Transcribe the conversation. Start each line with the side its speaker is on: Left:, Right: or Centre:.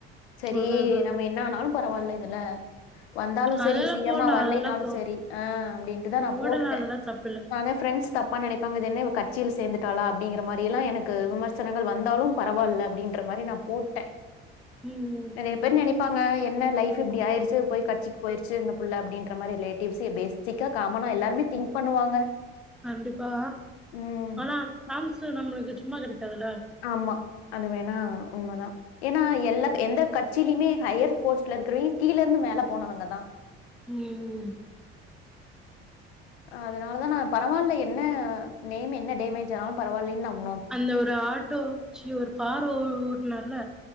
Left: சரி
Centre: அதா அதா அதா
Left: நம்ம என்ன ஆனாலு பரவால்ல இல்ல வந்தாலு செரி
Centre: அதெல்லா
Left: சி
Centre: போட்லா
Left: எம் மா வரலினாலு
Centre: அதெல்லா போ
Left: சரி ஆ அப்படின்ட்டு தா நா
Centre: போடலா
Left: போட்டுட்டே
Centre: அதெல்லா தப்பில்ல
Left: நானு ஃப்ரெண்ட்ஸ் தப் பா நெனைப்பாங்க அது என்ன இவ கட்சியில சேர்ந்துட்டாளா அப்படிங்கிற மாரி எல்லா எனக்கு விமர்சனங்கள் வந்தாலு பரவால்ல அப்டின்ற மாரி நா போட்டே
Centre: ம்
Left: நெறைய ப்பாங்க என்ன லைஃப் இப்படி ஆயிருச்சு போய் கட்சிக்கு போயிருச்சு இந்த புள்ள அப்படின்ற மாரி ரிலேட்டிவ்ஸ் பேசிக்கா காமனா எல்லாருமே திங்க் பண்ணுவாங்க
Centre: கண்டிப்பா
Left: ம்
Centre: ஆனா சான்ஸு நம்மளுக்கு சும்மா கெடைக்காதில்ல
Left: ஆமா அது வேணா உண்ம தா ஏனா எல்லா எந்த கட்சியிலியுமே ஹையர் போஸ்ட்ல இருக்கிறிவி கீழருந்து மேல போனவங்க தா
Centre: உம்
Left: அதனால தா நா பரவால்ல என்ன நேம் என்ன டேமேஜ் ஆனாலு பரவால்லைன் நம்
Centre: அந்த ஒரு ஆட்டோ ச்சி ஒரு கார் ஓ ஓட்டுனார்ல்ல